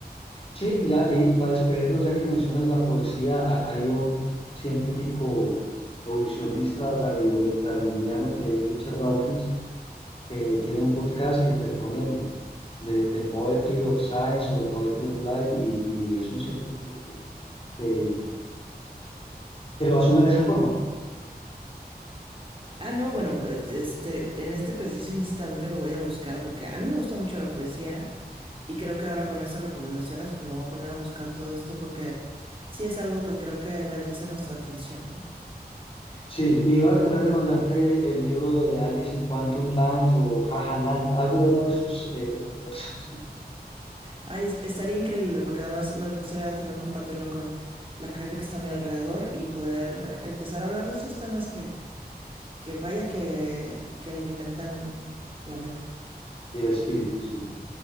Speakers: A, on the left; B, on the right.
A: Sí, ya, y, y para despedirnos, ya que mencionas la poesía, ha- hay un científico evolucionista darwi- darwiniano que es Richard Dawkins, que tiene un podcast que te recomiendo, de, de Poetry of Science o de Poetry of Life, y, y es un científico que, que que lo asume de esa forma.
B: Ah, no, bueno, pues este, en este preciso instante lo voy a buscar porque a mí me gusta mucho la poesía y creo que ahora con esas recomendaciones pues me voy a poner a buscar todo esto porque sí es algo que creo que merece nuestra atención, ¿no?
A: Sí, iba a tratar de mandarte el libro de Alice en Quantum Land o Jaja Land, algo de uno de esos eh, universos
B: Ay, es- estaría increíble porque además me gustaría también compartirlo con la gente que está a mi alrededor y poder empezar a hablar de estos temas que, que vaya que, que alimentan la mente
A: <laughs> y el espíritu, sí.